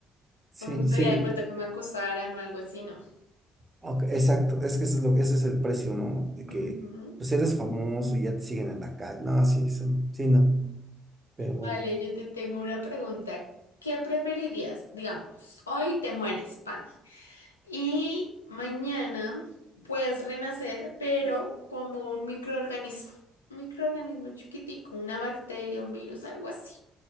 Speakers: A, on the right; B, on the left.
A: sí,
B: No me gustaría
A: sí,
B: de pronto que me acosaran o algo así, no.
A: ok, exacto, es que eso es lo, ese es el precio, ¿no? De que,
B: Ujú.
A: pues eres famoso y ya te siguen en la calle, no, sí, son- sí, no, pero bueno,
B: Vale, yo te tengo una pregunta. ¿Qué preferirías? Digamos, hoy te mueres, pan. Y mañana puedes renacer, pero como un microorganismo. Un microorganismo chiquitico, una bacteria, un virus, algo así.